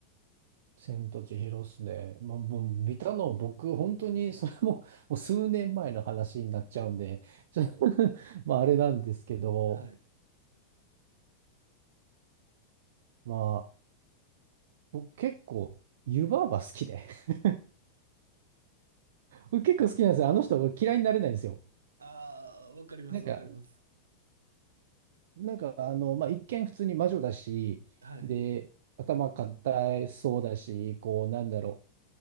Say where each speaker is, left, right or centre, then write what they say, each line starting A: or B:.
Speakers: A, on the right (about 55°); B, on the right (about 70°).
A: 千と千尋っすね。まあ、もう見たの僕、本当にそれも、もう数年前の話になっちゃうんで、
B: <laughs>
A: ちょ <laughs> まああれなんですけど、
B: はい。
A: ま僕結構、湯婆婆好きで <laughs> 僕結構好きなんですよ。あの人、僕嫌いになれないんですよ。
B: ああ、わかります、
A: なんか、
B: わかります。
A: なんか、あの、まあ、一見普通に魔女だし、
B: はい、
A: で、頭固いそうだし、こう、なんだろ